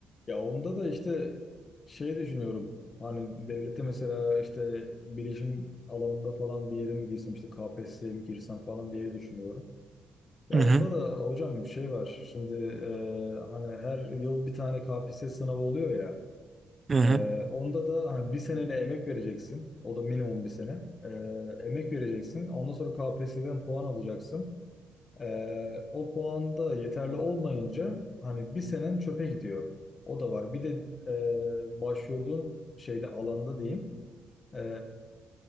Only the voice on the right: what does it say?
Hı
hı.
Hı
hı.